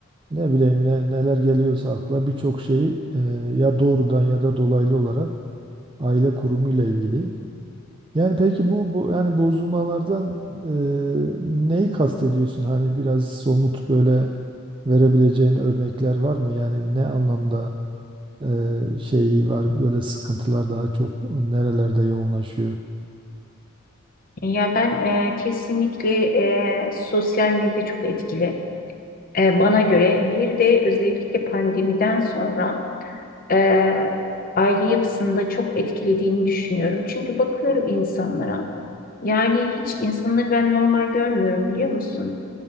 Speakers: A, on the right (about 25°); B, on the left (about 40°).
A: ne bileyim ne, neler geliyorsa akla birçok şeyi e, ya doğrudan ya da dolaylı olarak aile kurumu ile ilgili. Yani peki bu, bu yani bozulmalardan e, neyi kastediyorsun? Hani biraz somut böyle verebileceğin örnekler var mı? Yani ne anlamda e, şeyi var böyle sıkıntılar daha çok nerelerde yoğunlaşıyor?
B: Ya ben e, kesinlikle e, sosyal medya çok etkili. E, bana göre bir de özellikle pandemiden sonra e, aile yapısında çok etkilediğini düşünüyorum. Çünkü bakıyorum insanlara yani hiç insanları ben normal görmüyorum biliyor musun?